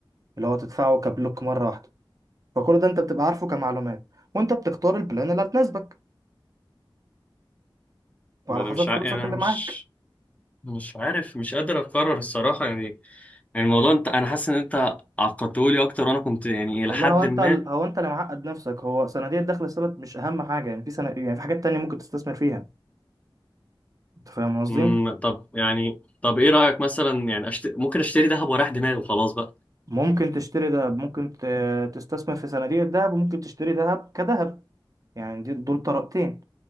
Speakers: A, on the right; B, on the left.
A: اللي هو تدفعه كبلوك مرة واحدة فكل ده أنت بتبقى عارفه كمعلومات وأنت بتختار البلان اللي هتناسبك وعلى
B: ما انا
A: حسب
B: مش ع...
A: فلوسك
B: يعني انا
A: اللي
B: مش
A: معاك
B: مش عارف مش قادر اقرر الصراحة يعني يعني الموضوع انت انا حاسس ان انت عقدتهولي اكتر وانا كنت يعني
A: والله
B: الى حد
A: هو أنت
B: ما
A: ال- هو أنت اللي معقد نفسك هو صناديق الدخل الثابت مش أهم حاجة يعني في سنة يعني في حاجات تانية ممكن تستثمر فيها أنت فاهم قصدي؟
B: مم. طب يعني طب ايه رأيك مثلا يعني أشت... ممكن اشتري ذهب وراح دماغي وخلاص بقى
A: ممكن تشتري دهب ممكن ت- تستثمر في صناديق الدهب وممكن تشتري دهب كدهب يعني دي- دول طريقتين